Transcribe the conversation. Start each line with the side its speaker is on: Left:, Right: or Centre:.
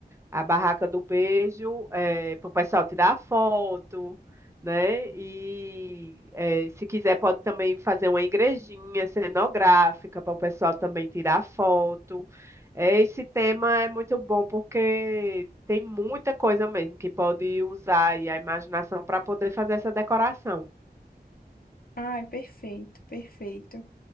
Right: a barraca do beijo eh, para o pessoal tirar foto, né? E eh, se quiser pode também fazer uma igrejinha cenográfica para o pessoal também tirar foto. Eh, Esse tema é muito bom porque tem muita coisa mesmo que pode usar aí a imaginação para poder fazer essa decoração.
Left: Ai, perfeito, perfeito.